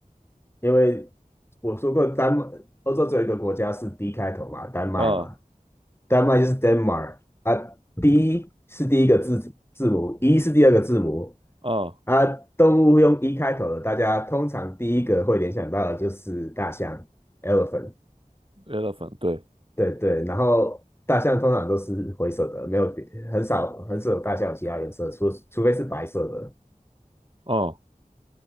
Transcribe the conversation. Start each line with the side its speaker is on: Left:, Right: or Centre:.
Left: 因为我说过丹麦，欧洲只有一个国家是 D 开头嘛，丹麦嘛，
Right: 呃
Left: 丹麦就是 Denmark 啊，D 是第一个字字母，E 是第二个字母
Right: 呃
Left: 啊，动物用一开头的，大家通常第一个会联想到的就是大象 （elephant）。
Right: ，elephant，对，
Left: 对对，然后大象通常都是灰色的，没有别很少很少有大象有其他颜色，除除非是白色的。
Right: 哦，